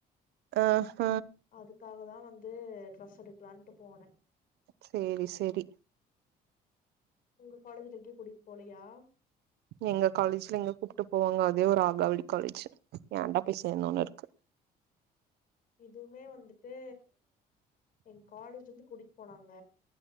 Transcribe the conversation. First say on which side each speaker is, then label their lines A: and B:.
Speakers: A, on the right; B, on the left.
A: அஹ்ஹ
B: அதுக்காக தா வந்து ட்ரெஸ் எடுக்லான்ட்டு போன
A: சேரி சேரி
B: உங்க காலேஜ்ல டூர் கூட்டிட் போலையா
A: எங்க காலேஜ்ல எங்க கூப்ட்டு போவாங்க அதே ஒரு ஆகாவளி காலேஜு ஏன்டா போய் சேந்தனுருக்கு
B: எதுமே வந்துட்டு எ காலேஜ் வந்து குடி போனாங்க